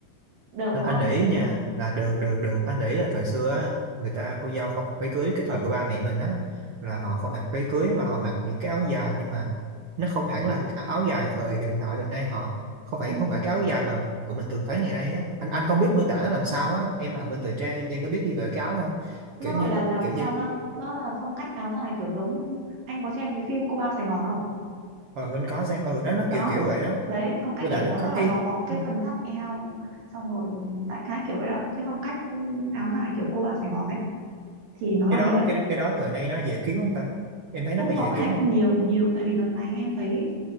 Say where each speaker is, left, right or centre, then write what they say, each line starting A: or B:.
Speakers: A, on the right; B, on the right.
A: Được
B: anh
A: đúng
B: anh
A: không?
B: để
A: Ok
B: ý nha
A: là.
B: là được được được anh để ý là thời xưa á, người ta cô dâu không mặc váy cưới cái thời của ba mẹ mình á là họ không mặc váy cưới mà họ mặc những cái áo dài nhưng mà nó không hẳn là áo dài thời hiện tại mình nay họ không phải
A: Ừ.
B: không phải cái áo dài mà tụi mình thường thấy ngày nay á anh anh không biết mô tả nó làm sao á em làm bên thời trang em em có biết gì về cái áo đó không
A: Nó
B: kiểu
A: gọi
B: như
A: là giàu
B: kiểu
A: sao
B: như
A: ta? Nó là phong cách áo dài kiểu giống như anh có xem cái phim Cô Ba Sài Gòn không?
B: ờ anh có xem ừ nó nó
A: Đó.
B: kiểu kiểu vậy đó
A: Đấy, phong cách
B: với
A: kiểu
B: lại
A: như
B: nó
A: đó
B: có
A: tức là
B: cái
A: nó có cái
B: nó-
A: phần thắt eo xong rồi đại khái kiểu vậy đó, cái phong cách ừ, áo dài kiểu Cô Ba Sài Gòn ấy thì nó
B: cái
A: là
B: đó
A: như vậy.
B: cái cái đó thời nay nó dễ kiếm không ta em thấy
A: Cũng
B: nó có
A: có
B: dễ
A: mà
B: kiếm
A: anh
B: không
A: nhiều nhiều tại vì đợt này em thấy